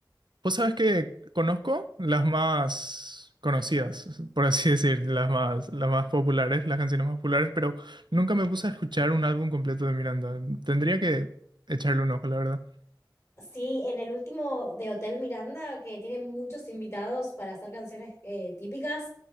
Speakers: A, on the right; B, on the left.
A: Vos sabés que conozco las más conocidas, por así <laughs> decir, las más, las más populares, las canciones más populares, pero nunca me puse a escuchar un álbum completo de Miranda. Tendría que echarle un ojo, la verdad.
B: Sí, en el último de Hotel Miranda, que tiene muchos invitados para hacer canciones eh, típicas,